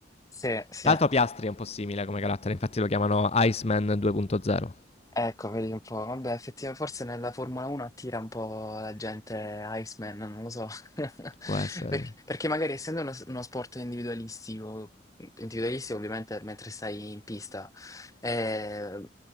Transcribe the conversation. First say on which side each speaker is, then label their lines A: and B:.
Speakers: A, on the left (about 20°); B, on the left (about 35°).
A: sì, sì.
B: Tra l'altro Piastri è un po' simile come carattere, infatti lo chiamano Iceman 2.0.
A: Ecco, vedi un po', vabbè, effettivamente forse nella Formula 1 attira un po' la gente Iceman, non lo so, <laughs>
B: Può essere,
A: perché, perché magari essendo uno, uno sport individualistico, individualistico ovviamente mentre stai in pista, eh,